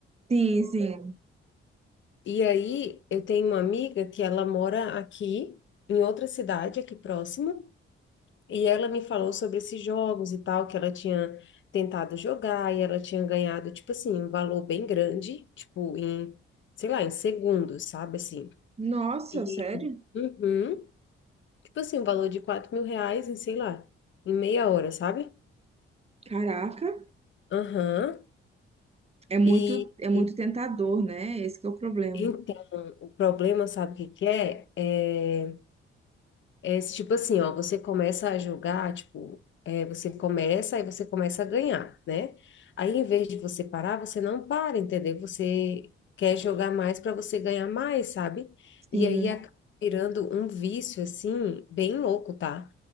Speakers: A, on the right (about 20°); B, on the left (about 40°).
A: Sim, sim.
B: E aí eu tenho uma amiga que ela mora aqui, em outra cidade, aqui próximo, e ela me falou sobre esses jogos e tal, que ela tinha tentado jogar e ela tinha ganhado, tipo assim, um valor bem grande, tipo, em, sei lá, em segundos, sabe assim?
A: Nossa,
B: E.
A: sério?
B: Uhum. Tipo assim, um valor de quatro mil reais em, sei lá, em meia hora, sabe?
A: Caraca,
B: Aham.
A: é muito,
B: E,
A: é muito
B: e-
A: tentador, né? Esse que é o problema.
B: então, o problema, sabe o que que é? É É esse tipo assim, ó, você começa a jogar, tipo, é, você começa, aí você começa a ganhar, né? Aí, em vez de você parar, você não para, entendeu? Você quer jogar mais para você ganhar mais, sabe?
A: Sim.
B: E aí acaba virando um vício, assim, bem louco, tá?